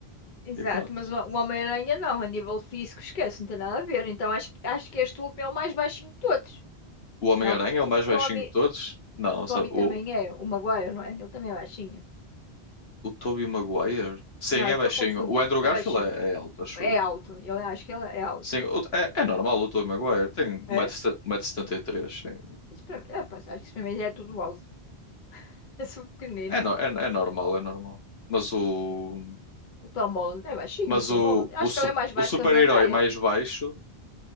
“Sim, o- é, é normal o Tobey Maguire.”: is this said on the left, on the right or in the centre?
Left